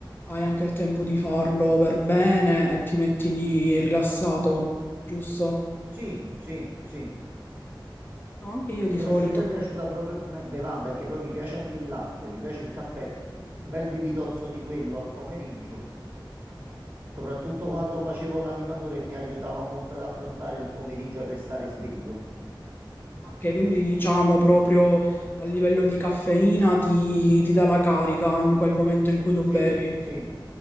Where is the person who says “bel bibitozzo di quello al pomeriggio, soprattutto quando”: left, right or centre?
Right